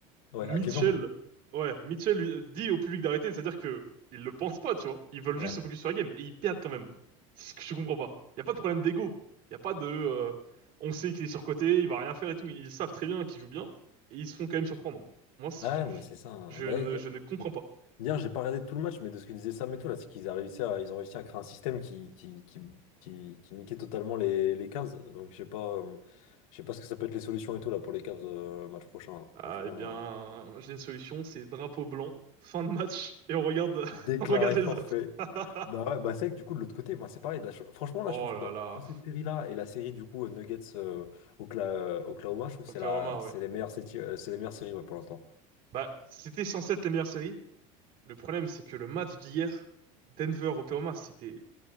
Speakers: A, on the left; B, on the right.
A: Ouais,
B: Mitchell,
A: à Cleveland.
B: ouais, Mitchell lui- euh, dit au public d'arrêter, c'est-à-dire que ils le pensent pas, tu vois. Ils veulent
A: Ouais.
B: juste se focus sur la game et ils perdent quand même. C'est ce que je comprends pas. Il y a pas de problème d'ego. Il y a pas de euh, on sait qu'il est surcoté, il va rien faire et tout. Ils savent très bien qu'il joue bien et ils se font quand même surprendre. Moi, c-
A: Ah non,
B: je,
A: mais c'est ça. hein.
B: je
A: Bah,
B: ne
A: y
B: je
A: a-
B: ne comprends pas.
A: hier, j'ai pas regardé tout le match, mais de ce que disait Sam et tout, là, c'est qu'ils a réussi à, ils ont réussi à créer un système qui, qui, qui, qui, qui niquait totalement les, les Cavs. Donc, je sais pas, euh, je sais pas ce que ça peut être les solutions et tout, là, pour les Cavs, euh, match prochain. hein.
B: Ah,
A: Franchement.
B: eh bien,
A: euh,
B: j'ai une solution, c'est drapeau blanc, fin de match, et on regarde, <laughs>
A: Déclaré
B: on regarde les
A: forfait.
B: autres. <laughs>
A: Bah ouais, bah c'est vrai que du coup, de l'autre côté, moi, c'est pareil. Là, je- Franchement,
B: Oh
A: là, je trouve que
B: là
A: entre
B: là,
A: cette série-là et la série, du coup, euh, Nuggets euh, Okla- euh, Oklahoma, je trouve que
B: Oklahoma,
A: c'est la... c'est
B: ouais.
A: les meilleures séries, euh, c'est les meilleures séries ouais, pour l'instant.
B: Bah, c'était censé être la meilleure série. Le problème, c'est que le match d'hier, Denver-Oklahoma, c'était,